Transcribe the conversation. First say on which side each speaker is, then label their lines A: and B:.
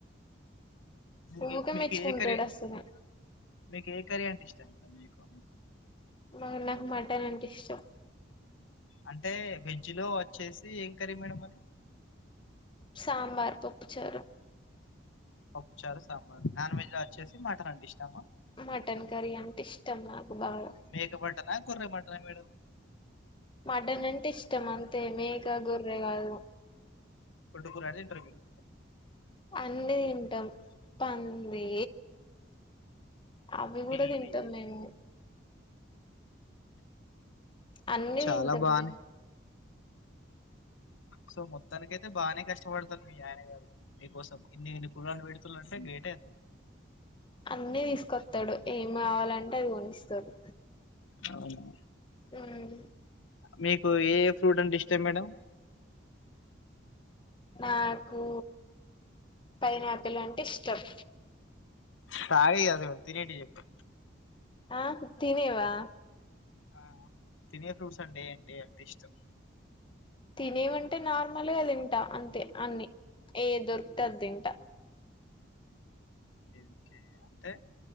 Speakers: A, on the left; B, on the left.
A: మీకు
B: ఉ ఊకె
A: మీకు
B: మెచ్చుకూంటాడు
A: ఏ కర్రీ
B: అసలు
A: మీకు ఏ కర్రీ అంటే ఇష్టం మీకు
B: మ నాకు మటన్ అంటే ఇష్టం
A: అంటే వెజ్ లో వచ్చేసి ఏం కరీ మేడం మరి
B: సాంబార్ పప్పు చారు
A: పప్పుచారు సాంబార్ నాన్ వెజ్ లా వచ్చేసి మాటన్ అంటే ఇష్టం
B: మటన్ కరీ అంటే ఇష్టం నాకు బాగా
A: మేక మటన్ నా గొర్రె మటన్ నా మేడం
B: మటన్ అంటే ఇష్టం అంతే మేక గొర్రె కాదు
A: గొడ్డుకురా గాని తింటారు మీరు
B: అన్నీ తింటాం పంది అవి కూడా
A: పిల్లి
B: తింటాం మేము అన్ని
A: చాలా
B: తింటం
A: బానే
B: మేము
A: సో మొత్తానికి అయితే బానే కష్టపడతారు మీ ఆయన గారు నీకోసం ఇన్ని ఇన్ని కూరలు పెడుతులు అంటే గ్రేటే
B: అన్నీ తీసుకొస్తాడు ఏమి కావాలంటే అది కొనిస్తాడు
A: అవునా
B: ఉహు
A: మీకు ఏ ఫ్రూట్ అంటే ఇష్టం మేడం
B: నాకు పైనాపిల్ అంటే ఇష్టం
A: తాగేవి కాదు తినేటివి చెప్పు
B: ఆ తినేవా
A: ఆ తినే ఫ్రూట్స్ అంటే ఏంటంటే అంత ఇష్టం
B: తినేవంటే నార్మల్ గా తింటా అంతే అన్ని ఏది దొరికితే అది తింట
A: ఓకే ఓకే అంటే